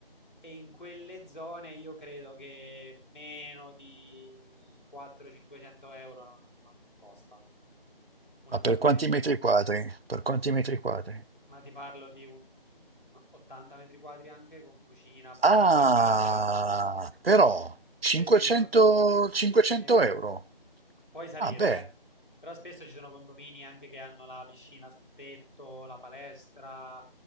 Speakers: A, on the left (about 55°); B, on the right (about 80°).
A: E in quelle zone io credo che meno di 400-500 euro non non costa un
B: Ma
A: appartamento.
B: per quanti metri quadri? Per quanti metri quadri?
A: Ma ti parlo di un 80 metri quadri anche con cucina, bagno,
B: Ah,
A: camera.
B: però
A: Spesso
B: 500,
A: in... co-
B: 500
A: Sì,
B: euro.
A: puoi salire,
B: Ah, beh,
A: eh. Però spesso ci sono condomini anche che hanno la piscina sul tetto, la palestra,